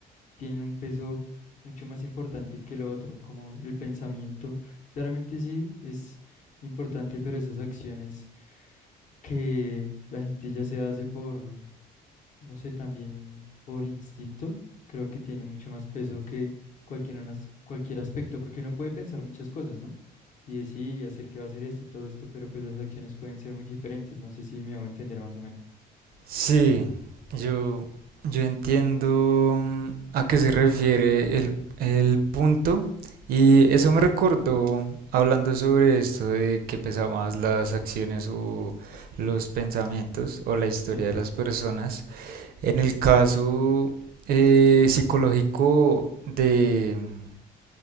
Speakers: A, on the left (about 50°); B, on the right (about 60°).
A: tienen un peso mucho más importante que lo otro, como el pensamiento. Claramente sí es importante, pero esas acciones que la gente ya se hace por no sé, también por instinto, creo que tiene mucho más peso que cualquier, unas- cualquier aspecto, porque uno puede pensar muchas cosas, ¿no? Y decir y hacer que va a hacer esto y todo esto, pero pues las acciones pueden ser muy diferentes, no sé si me hago entender más o menos.
B: Sí, yo, yo entiendo mm, a qué se refiere el, el punto y eso me recordó hablando sobre esto de que pesa más las acciones o los pensamientos o la historia
A: Sí,
B: de las personas. En el caso eh, psicológico de mm,